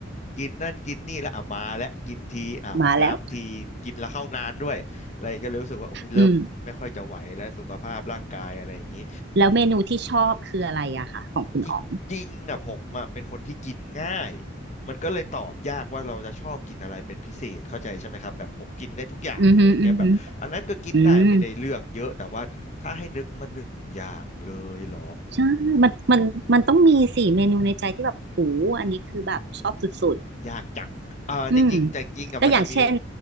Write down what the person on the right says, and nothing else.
มาแล้วอืมแล้วเมนูที่ชอบคืออะไรอะคะของคุณอ๋อง
อืมฮึอืมฮึอืมใช่มันมันมันต้องมีสิเมนูในใจที่แบบโหอันนี้คือแบบชอบสุด
ๆอืมก็อย่างเช่น